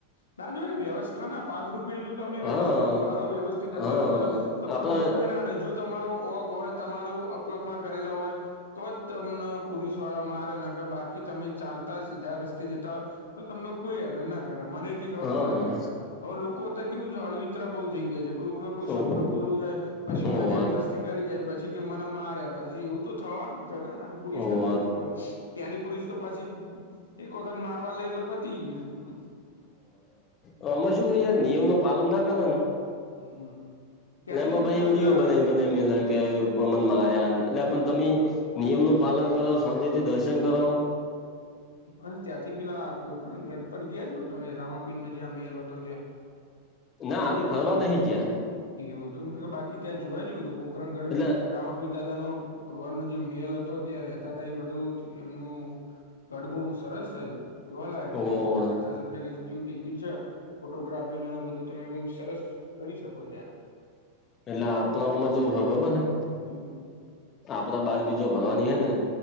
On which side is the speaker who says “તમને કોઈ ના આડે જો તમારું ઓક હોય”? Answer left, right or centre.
Left